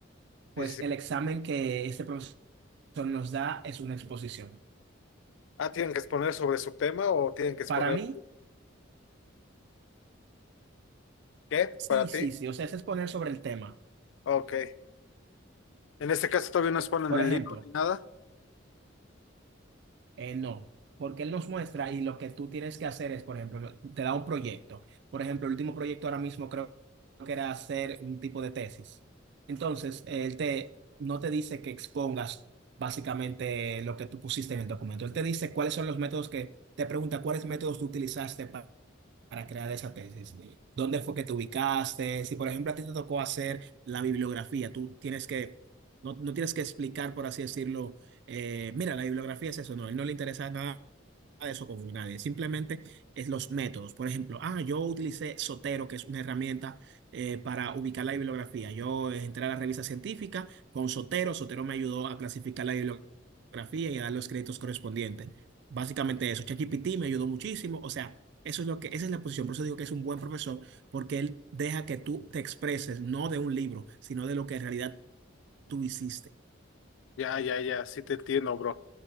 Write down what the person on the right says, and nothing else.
Pues
el
examen que este profesor nos da es una exposición.
Para mí,
sí,
sí, sí, o sea, es exponer sobre el tema.
Por
ejemplo,
Eh, no, porque él nos muestra y lo que tú tienes que hacer es, por ejemplo, te da un proyecto. Por ejemplo, el último proyecto ahora mismo creo que era hacer un tipo de tesis. Entonces, él te, no te dice que expongas básicamente lo que tú pusiste en el documento. Él te dice cuáles son los métodos que, te pregunta cuáles métodos tú utilizaste para crear esa tesis. ¿Dónde fue que te ubicaste? Si, por ejemplo, a ti te tocó hacer la bibliografía, tú tienes que, no, no tienes que explicar, por así decirlo, eh, mira, la bibliografía es eso, no, a él no le interesa nada de eso con nadie, simplemente es los métodos. Por ejemplo, ah, yo utilicé Sotero, que es una herramienta eh, para ubicar la bibliografía. Yo eh, entré a la revista científica con Sotero, Sotero me ayudó a clasificar la bibliografía y a dar los créditos correspondientes. Básicamente eso. ChatGPT me ayudó muchísimo, o sea, eso es lo que, esa es la posición. Por eso digo que es un buen profesor, porque él deja que tú te expreses, no de un libro, sino de lo que en realidad tú hiciste.